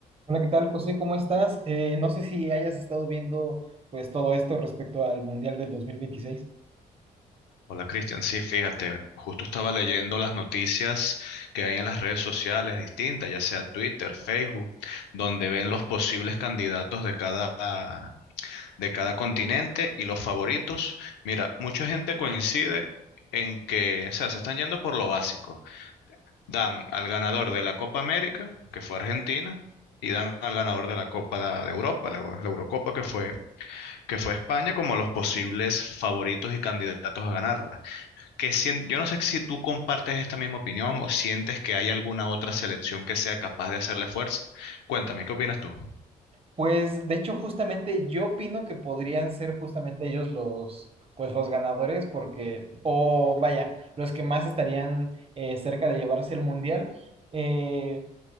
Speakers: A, on the right (about 35°); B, on the left (about 85°).
A: Hola, ¿qué tal, José? ¿Cómo estás? Eh, no sé si hayas estado viendo pues todo esto respecto al Mundial del 2026.
B: Hola Cristian, sí, fíjate, justo estaba leyendo las noticias que hay en las redes sociales distintas, ya sea Twitter, Facebook, donde ven los posibles candidatos de cada, de cada continente y los favoritos. Mira, mucha gente coincide en que, o sea, se están yendo por lo básico. Dan al ganador de la Copa América, que fue Argentina, y dan al ganador de la Copa de Europa, la, la Eurocopa, que fue, que fue España, como los posibles favoritos y candidatos a ganarla que sien- yo no sé si tú compartes esta misma opinión o sientes que hay alguna otra selección que sea capaz de hacerle fuerza. Cuéntame, ¿qué opinas tú?
A: Pues de hecho, justamente yo opino que podrían ser justamente ellos los, pues los ganadores, porque, o vaya, los que más estarían eh, cerca de llevarse el mundial. Eh,